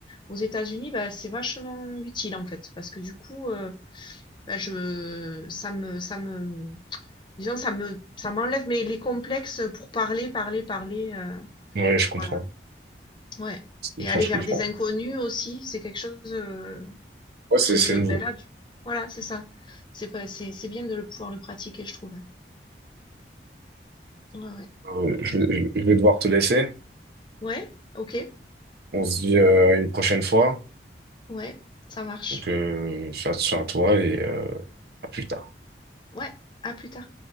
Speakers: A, on the left; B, on the right.
A: aux États-Unis, ben, c'est vachement utile en fait, parce que du coup, euh, ben, je ça me ça me disons ça me ça m'enlève mes les complexes pour parler, parler, parler. euh,
B: Ouais, je comprends.
A: voilà. Ouais.
B: Je comprends,
A: Et aller
B: je
A: vers
B: comprends.
A: des inconnus aussi, c'est quelque chose. euh,
B: Ouais, c'est
A: que
B: c'est
A: je
B: nouveau.
A: ben là du voilà, c'est ça. C'est pas c'est c'est bien de le pouvoir le pratiquer, je trouve. Ouais, ouais.
B: Euh, je, vais je vais devoir te laisser.
A: Ouais, OK.
B: On se dit euh, une prochaine fois.
A: Ouais, ça marche.
B: Donc, euh, fais attention à toi et euh, à plus tard.
A: Ouais, à plus tard.